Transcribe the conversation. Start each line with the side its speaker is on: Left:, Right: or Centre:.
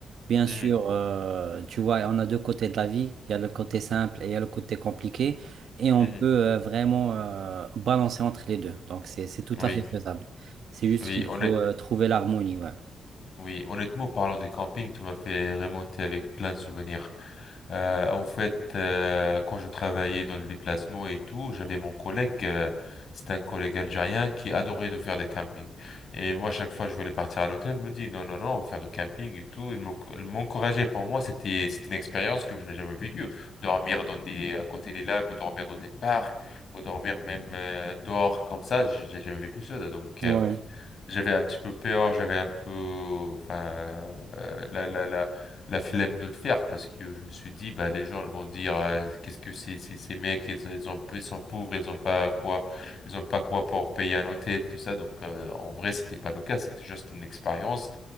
Right: Bien
Left: Mhm.
Right: sûr, euh, tu vois, on a deux côtés de la vie. Il y a le côté simple et il y a le côté compliqué. Et on
Left: Mhm.
Right: peut euh, vraiment euh, balancer entre les deux. Donc, c'est, c'est tout
Left: Oui.
Right: à fait faisable. C'est juste
Left: Oui,
Right: qu'il
Left: honnête...
Right: faut euh, trouver l'harmonie, ouais.
Left: oui, honnêtement, parlant des campings, tu m'as fait remonter avec plein de souvenirs. Euh, en fait, euh, quand je travaillais dans le déplacement et tout, j'avais mon collègue, euh, c'était un collègue algérien qui adorait de faire des campings. Et moi, chaque fois que je voulais partir à l'hôtel, il me dit non, non, non, on va faire du camping et tout. Il m'en- il m'encourageait. Pour moi, c'était c'était une expérience que je n'ai jamais vécue. Dormir dans des à côté des lacs, ou dormir dans des parcs, ou dormir même euh, dehors comme ça, j'ai j'ai jamais vécu ça. Donc, euh,
Right: Ouais,
Left: j'avais un petit peu peur, j'avais un peu, enfin, euh, la, la, la, la flemme de le faire parce que je me suis dit, bah, les gens ils vont dire, Ah, qu'est-ce que c'est, c'est- ces mecs, ils, ils ont, ils sont pauvres, ils ont pas quoi, ils ont pas quoi pour payer un hôtel, tout ça. Donc, euh, en vrai, c'était pas le cas, c'était juste une expérience,